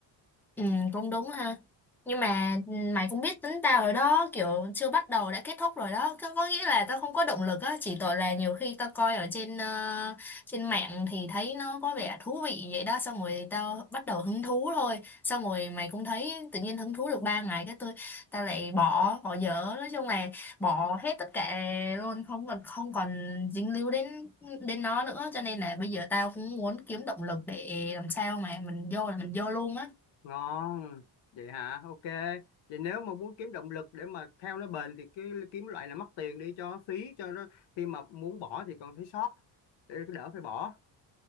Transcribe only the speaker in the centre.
Ừ, cũng đúng ha. Nhưng mà ừ, mày cũng biết tính tao rồi đó, kiểu chưa bắt đầu đã kết thúc rồi đó. Có, có nghĩa là tao không có động lực á, chỉ tội là nhiều khi tao coi ở trên ờ, trên mạng thì thấy nó có vẻ thú vị vậy đó, xong rồi tao bắt đầu hứng thú thôi. Xong rồi mày cũng thấy tự nhiên hứng thú được ba ngày cái tôi tao lại bỏ, bỏ dở, nói chung là bỏ hết tất cả luôn, không còn không còn dính líu đến đến nó nữa, cho nên là bây giờ tao cũng muốn kiếm động lực để làm sao mà mình vô là mình vô luôn á.